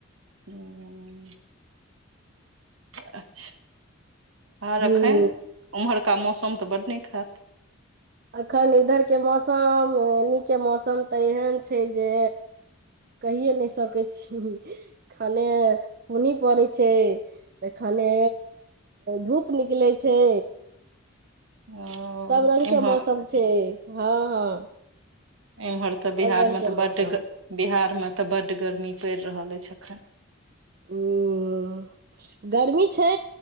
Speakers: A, on the right; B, on the right.
A: <inaudible> अच्छा
B: ह
A: आओर एखन उम्हरका मौसम तऽ बड नीक हैत
B: एखन इधर के मौसम एनी के मौसम तऽ एहन छै जे कहिए नहि सकै छी खाने पूनी पड़ै छै तऽ खने धूप निकलै छै
A: ओ
B: सब रंग के
A: इम्हर
B: मौसम छै हँ हँ
A: इमहर तऽ
B: सब
A: बिहारमे
B: रंग के
A: तऽ
B: मौसम
A: बड्ड बिहार मे तऽ बड्ड गर्मी पड़ि रहल अछि एखन
B: ह गर्मी छै